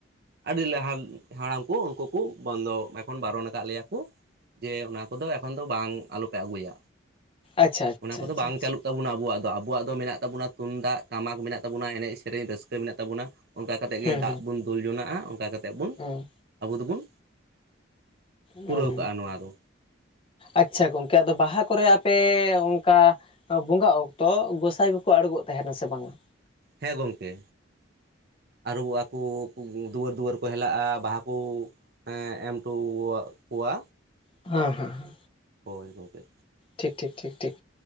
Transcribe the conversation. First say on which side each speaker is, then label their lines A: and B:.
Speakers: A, on the right (about 50°); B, on the left (about 25°).
A: ᱟᱹᱰᱤ ᱞᱟᱦᱟ ᱦᱟᱲᱟᱢ ᱠᱚ ᱩᱱᱠᱩ ᱠᱚ ᱵᱚᱱᱫᱚ ᱮᱠᱷᱚᱱ ᱵᱟᱨᱚᱱ ᱟᱠᱟᱫ ᱞᱮᱭᱟ ᱠᱚ ᱡᱮ ᱚᱱᱟ ᱠᱚᱫᱚ ᱮᱠᱷᱚᱱ ᱫᱚ ᱵᱟᱝ ᱟᱞᱚᱯᱮ ᱟᱹᱜᱩᱭᱟ
B: ᱟᱪᱪᱷᱟ ᱟᱪᱪᱷᱟ
A: ᱚᱱᱟ ᱠᱚᱫᱚ
B: ᱟᱪᱪᱷᱟ
A: ᱵᱟᱝ
B: ᱟᱪᱪᱷᱟ
A: ᱪᱟᱹᱞᱩᱜ ᱛᱵᱚᱱᱟ ᱟᱵᱚᱣᱟᱜ ᱫᱚ ᱟᱵᱚᱣᱟᱜ ᱫᱚ ᱢᱮᱱᱟᱜ ᱛᱟᱵᱚᱱᱟ ᱛᱩᱢᱫᱟᱜ ᱴᱟᱢᱟᱠ ᱢᱮᱱᱟᱜ ᱛᱟᱵᱚᱱᱟ ᱮᱱᱮᱡ ᱥᱮᱨᱮᱧ ᱨᱟᱹᱥᱠᱟᱹ ᱢᱮᱱᱟᱜ ᱛᱟᱵᱚᱱᱟ ᱚᱱᱠᱟ ᱠᱟᱛᱮᱫ
B: ᱦᱩᱸ
A: ᱜᱮ ᱫᱟᱜ ᱵᱚᱱ ᱫᱩᱞ ᱡᱚᱱᱟᱜᱼᱟ ᱚᱱᱠᱟ ᱠᱟᱛᱮᱫ ᱵᱚᱱ
B: ᱦᱩᱸ
A: ᱟᱵᱚ ᱫᱚᱵᱚᱱ ᱯᱩᱨᱟᱹᱣ
B: ᱦᱮᱸ
A: ᱠᱟᱜᱼᱟ ᱱᱚᱣᱟ ᱫᱚ
B: ᱟᱪᱪᱷᱟ ᱜᱚᱝᱠᱮ ᱟᱫᱚ ᱵᱟᱦᱟ ᱠᱚᱨᱮ ᱟᱯᱮ ᱚᱱᱠᱟ ᱵᱚᱸᱜᱟᱜ ᱚᱠᱛᱚ ᱜᱚᱸᱥᱟᱭ ᱠᱚᱠᱚ ᱟᱬᱜᱚᱜ ᱛᱟᱦᱮᱱᱟ ᱥᱮ ᱵᱟᱝ ᱟ
A: ᱦᱮᱸ ᱜᱚᱢᱠᱮ ᱟᱹᱨᱩᱵᱚᱜᱼᱟ ᱠᱩ ᱫᱩᱣᱟᱹᱨ ᱫᱩᱣᱟᱹᱨ ᱠᱚ ᱦᱮᱞᱟᱜᱼᱟ ᱵᱟᱦᱟ ᱠᱩ ᱮᱸ ᱮᱢ ᱴᱚ ᱠᱚᱣᱟ
B: ᱦᱟᱸ ᱦᱟᱸ
A: ᱦᱳᱭ ᱜᱚᱝᱠᱮ
B: ᱴᱷᱤᱠ ᱴᱷᱤᱠ ᱴᱷᱤᱠ ᱴᱷᱤᱠ